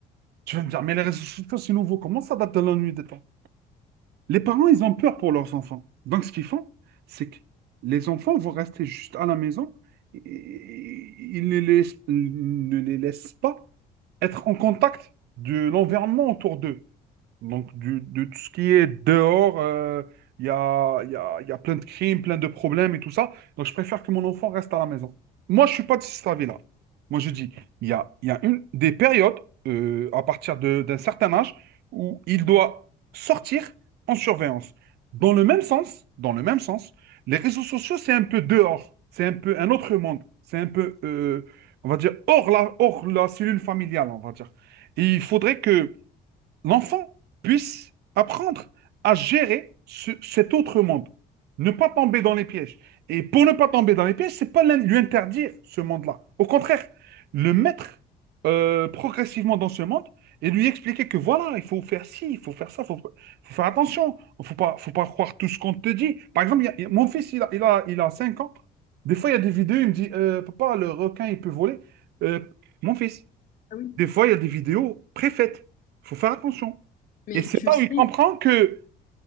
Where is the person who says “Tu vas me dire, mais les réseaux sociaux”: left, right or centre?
Right